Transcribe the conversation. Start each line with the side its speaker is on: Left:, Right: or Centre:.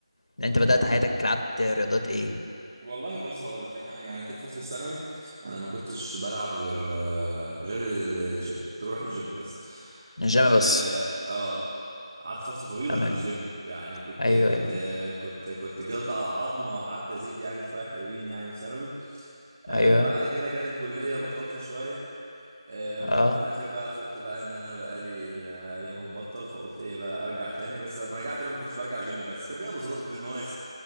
Left: يعني انت بدات حياتك لعبت رياضات ايه
Right: والله بص هقول لك انا يعني طول فتره الثانوي انا ما كنتش بلعب غير آه، غير الجيم كنت بروح الجيم بس
Left: الجيم
Right: اه
Left: بس
Right: آه. قعدت فتره طويله
Left: تمام
Right: في الجيم يعني وكنت
Left: ايوه
Right: كنت
Left: ايوه
Right: كنت كنت جلد على عظمه وقعدت ازيد يعني شويه حلوين يعني في ثانوي آه
Left: ايوه
Right: بعد كده جت الكليه بطلت شويه آه،
Left: اه
Right: وبعدين في الاخر بقى فقت بقى ان انا بقالي آه، ايام مبطل فقلت ايه بقى ارجع تاني بس لما رجعت بقى ما كنتش برجع جيم بس كان بيبقى بظروفها بالمواسم